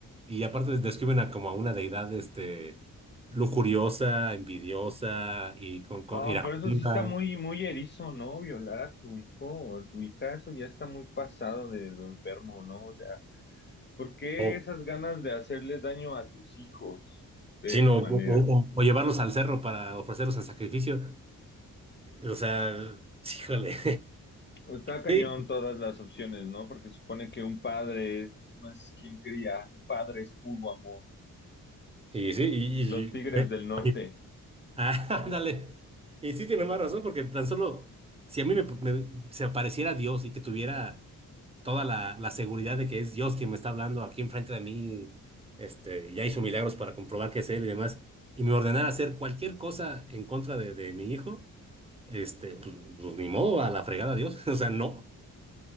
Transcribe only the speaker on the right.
Y aparte describen a como a una deidad este, lujuriosa, envidiosa y con, con
iracunda.
O,
sino,
o, o- o llevarlos al cerro para ofrecerlos en sacrificio. O sea, <laughs> híjole.
Sí,
y sí, y,
y- y- Ah, <laughs> ándale. Y sí tiene más razón, porque tan solo si a mí me, me- se apareciera Dios y que tuviera toda la, la seguridad de que es Dios quien me está hablando aquí enfrente de mí, este, ya hizo milagros para comprobar que es Él y demás, y me ordenara hacer cualquier cosa en contra de, de mi hijo, este, pues, pues, ni modo, a la fregada Dios. <laughs> O sea, no.